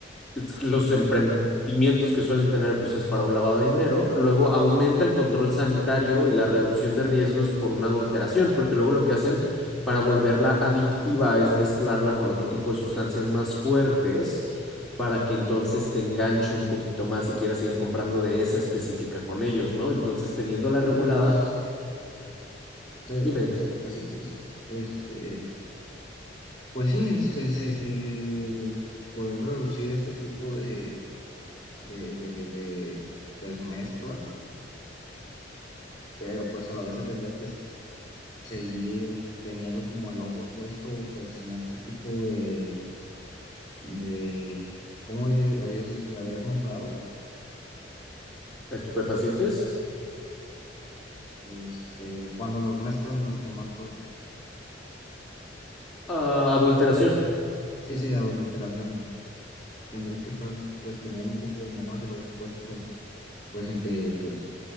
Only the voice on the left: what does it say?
Sí, entonces, se,
se, pues sí, se- este... Pues sí, este, se- poder reducir este tipo de, de, de, de, de, pues mezclas, pero pues a la vez se tendría que s- seguir teniendo como el ojo puesto pues en este tipo de, de ¿cómo di- lo habías, lo habías nombrado?
Este, cuando los mezclan con más cosas.
Sí, sí, adulteración. Tendrían que estar pues teniendo un poco más el ojo puesto pues en que pues